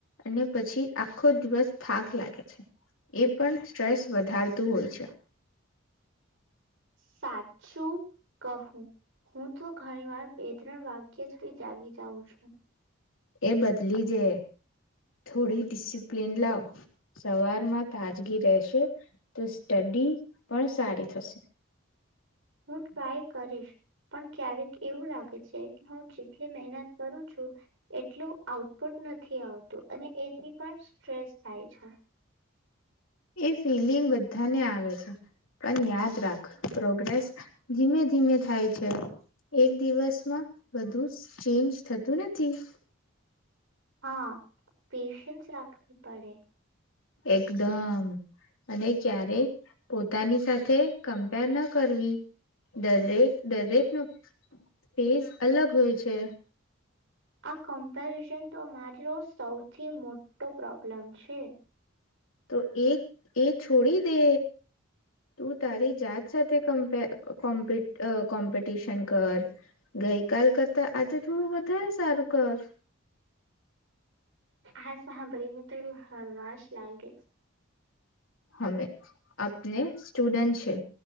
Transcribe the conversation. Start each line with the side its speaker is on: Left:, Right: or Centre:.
Left: અને પછી આખો દિવસ થાક લાગે છે એ પણ સ્ટ્રેસ વધારતું હોય છે.
Right: સાચું કહું હું તો ઘણી વાર બે ત્રણ વાગ્ય સુધી જાગી જાઉં છું.
Left: એ બદલી જે થોડી ડિસિપ્લીન લાવ સવારમાં તાજગી રહેશે તો સ્ટડી પણ સારી થશે.
Right: હું ટ્રાય કરીશ પણ ક્યારેક એવું લાગે છે કે હું જેટલી મહેનત કરું છું એટલું આઉટપુટ નથી આવતું અને એથી પણ સ્ટ્રેસ થાય છે.
Left: એ ફિલિંગ બધાને આવે છે પણ યાદ રાખ પ્રોગ્રેસ ધીમે ધીમે થાય છે એક દિવસમાં બધું ચેન્જ થતું નથી.
Right: હા પેશન્સ રાખ પડે.
Left: એકદમ. અને ક્યારેક પોતાની સાથે કમ્પેર ન કરવી દરેક દરેક ન પેઝ અલગ હોય છે.
Right: આ કમ્પેરિઝન તો મારો સૌથી મોટો પ્રોબ્લમ છે.
Left: તો એ એ છોડી દે તું તારી જાત સાથેપ કો્ કોમ્પિટિશન કર ગઈ કલ કરતા આજે થોડું વધારે સારું કર
Right: હ સાંભળીને થોડું હળવાશ લાગે જ.
Left: હવે. આપને. સ્ટુડન્ટ છે